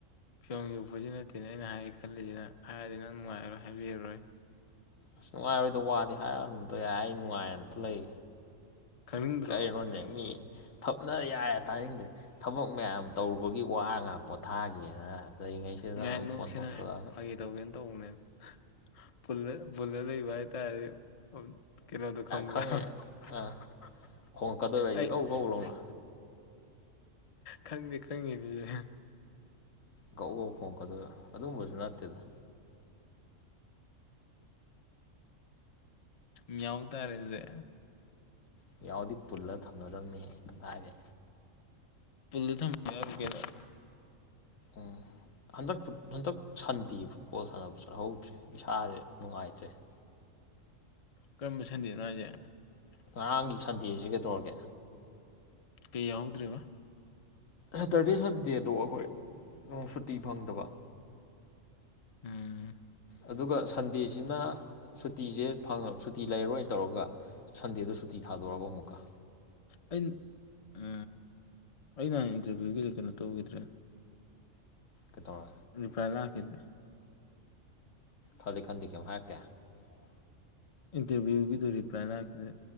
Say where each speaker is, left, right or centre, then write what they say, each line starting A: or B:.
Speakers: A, on the left; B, on the left.
A: ꯐꯤꯕꯣ ꯌꯣꯛꯄꯁꯨ ꯅꯠꯇꯦꯅꯦ ꯑꯩꯅ ꯍꯥꯏꯦ ꯈꯜꯂꯤꯁꯤꯅ ꯍꯥꯏꯔꯗꯤ ꯅꯪ ꯅꯨꯡꯉꯥꯏꯔꯔꯣꯏ ꯍꯥꯏꯕꯤꯔꯔꯣꯏ
B: ꯑꯁ ꯅꯨꯡꯉꯥꯏꯔꯣꯏꯗꯣ ꯋꯥꯗꯦ ꯍꯥꯏꯔꯥꯎꯗꯣ ꯌꯥꯏ ꯑꯩ ꯅꯨꯡꯉꯥꯏ ꯑꯝꯇ ꯂꯩ
A: ꯈꯪꯅꯤꯡꯗ꯭ꯔꯣ
B: ꯀꯔꯤꯅꯣꯅꯦꯃꯤ ꯊꯞꯅ ꯌꯥꯔꯦ ꯇꯥꯅꯤꯡꯗ꯭ꯔꯦ ꯊꯕꯛ ꯃꯌꯥꯝ ꯇꯧꯔꯨꯕꯒꯤ ꯋꯥ ꯉꯥꯛꯄꯣ ꯊꯥꯒꯦꯅ ꯂꯩꯔꯤꯉꯩꯁꯤꯗꯅ
A: ꯉꯥꯏꯍꯥꯛ
B: ꯑꯗꯨꯝ
A: ꯅꯣꯛꯁꯤꯅ
B: ꯐꯣꯟ ꯇꯧꯁꯂꯛꯑꯒ
A: ꯐꯥꯒꯤ ꯇꯧꯒꯦꯅ <unintelligible> ꯄꯨꯜꯂ ꯂꯩꯕ ꯍꯥꯏꯇꯥꯔꯗꯤ ꯀꯩꯅꯣꯗꯣ ꯈꯪꯕ꯭ꯔꯥ
B: ꯈꯪꯉꯦ ꯑꯥ ꯈꯣꯡꯉꯛꯀꯗꯣꯏꯕ ꯍꯥꯏꯗꯤ
A: ꯑꯩ
B: ꯀꯧ ꯀꯧ ꯂꯧꯅ
A: ꯈꯪꯗꯦ ꯈꯪꯉꯤꯅꯦ
B: ꯒꯪ ꯒꯧ ꯈꯣꯡꯀꯗꯣꯏꯔꫭ ꯑꯗꯨꯝꯕꯁꯨ ꯅꯠꯇꯦꯗ
A: ꯃꯤꯑꯥꯎ ꯇꯔꯦꯁꯦ ꯑꯗꯨꯗꯤ
B: ꯃꯥꯌꯥꯎꯗꯤ ꯄꯨꯜꯂꯒ ꯊꯝꯅꯗꯕꯅꯤꯍ ꯀꯗꯥꯥꯏꯔꯦ
A: ꯄꯨꯟꯔꯒ ꯌꯝꯊꯕꯥ ꯌꯥꯎꯏꯀꯩꯅꫭ
B: ꯎꯝꯝ ꯍꯟꯗꯛ ꯍꯟꯗꯛ ꯁꯟꯔꯤ ꯐꯨꯠꯕꯣꯜ ꯁꯥꯟꯅꯕ ꯆꯠꯍꯧꯗ꯭ꯔꯦ ꯏꯁꯥꯥꯁꯦ ꯅꯨꯡꯉꯥꯏꯇ꯭ꯔꯦ ꯎꯝ <inaudible>
A: ꯀꯔꯝꯕ ꯁꯟꯗꯅꯣ ꯍꯥꯏꯁꯤ?
B: ꯉꯔꯥꯡꯒꯤ ꯁꯟꯗꯦꯁꯗ ꯀꯩꯗꯧꯔꯒꯦ꯫
A: ꯀꯩ ꯌꯥꯎꯍꯧꯗ꯭ꯦꯔ°ꯕꯥ
B: ꯁꯦꯇꯔꯗꯦ ꯁꯟꯗꯦꯗ ꯑꯩꯈꯣꯏ ꯅ ꯑꯃꯨꯛ ꯁꯨꯇꯤ ꯐꯪꯗꯕ
A: ꯎꯝꯝ
B: ꯑꯗꯨꯒ ꯁꯟꯗꯦꯁꯤꯅ ꯁꯨꯇꯤꯅ ꯁꯨꯇꯤ ꯐꯪꯒꯕ ꯁꯨꯔꯇꯤ ꯂꯩꯔꯣꯏꯅ ꯇꯧꯔꯒ ꯁꯟꯗꯦꯗꯣ ꯁꯨꯇꯤ ꯊꯥꯗꯣꯔꯛꯔꯕ ꯑꯃꯨꯛꯀꯥ
A: ꯑꯩꯅ ꯑ ꯑꯩꯅ ꯅꯍꯥꯟ ꯏꯟꯇꯔꯚꯤꯌꯨꯒꯤꯗꯤ ꯀꯩꯅꯣ ꯇꯧꯈꯤꯗ꯭ꯔꯦ
B: ꯀꯩꯗꯩꯒꯦ
A: ꯔꯤꯄ꯭ꯂꯥꯏꯂ ꯍꯥꯥꯛꯀꯗ꯭ꯔꯦ <unintelligible>
B: ꯈꯜꯂꯤ ꯈꯟꯗꯦ ꯀꯩꯝꯇꯥ ꯍꯥꯏꯔꯛꯈꯤꯗꯔ°
A: ꯏꯟꯇꯔꯚꯤꯌꯨꯒꯤꯗꯨ ꯔꯤꯄ꯭ꯂꯥꯏ ꯂꯥꯛꯈꯤꯗ